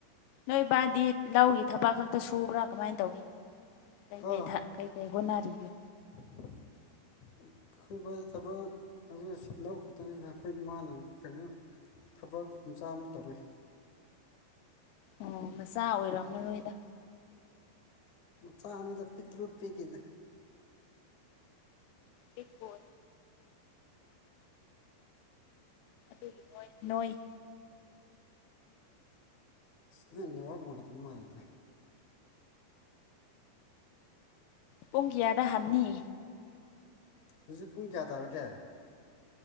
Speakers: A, on the left; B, on the left.
A: ꯅꯣꯏꯕꯥꯗꯤ ꯂꯧꯒꯤ ꯊꯕꯛ ꯈꯛꯇ ꯁꯨꯕ꯭ꯔꯥ ꯀꯃꯥꯏꯅ ꯇꯧꯒꯦ꯫ ꯀꯩ ꯀꯩ
B: ꯑꯥ
A: ꯊ ꯀꯩ ꯀꯩ ꯍꯣꯠꯅꯔꯤꯒꯦ꯫
B: <unintelligible> ꯑꯩꯈꯣꯏꯕꯥ ꯊꯕꯛ ꯑꯗꯨ ꯂꯧ ꯈꯛꯇꯅꯤꯗ ꯑꯩꯈꯣꯏ ꯏ ꯃꯥꯅ ꯀꯩꯅꯣ꯫ ꯊꯕꯛ ꯃꯆꯥ ꯑꯃ ꯇꯧꯋꯤ꯫
A: ꯑꯣ ꯃꯆꯥ ꯑꯣꯏꯔꯝꯃꯔꯣꯏꯗ꯫
B: ꯃꯆꯥ ꯑꯅꯤꯗ ꯄꯤ ꯇ꯭ꯔꯨꯛ ꯄꯤꯛꯏꯗ꯫
A: ꯄꯤꯛꯄꯣ꯫ ꯅꯣꯏ ꯅꯣꯏ꯫
B: ꯅꯦ ꯋꯥ ꯃꯥ ꯃꯥꯜꯂꯦ
A: ꯄꯨꯡꯀꯤ꯭ꯌꯥ ꯗꯍꯥꯟꯅꯤ
B: ꯍꯧꯖꯤꯛ ꯄꯨꯡ ꯀꯌꯥ ꯇꯥꯔꯛꯒꯦ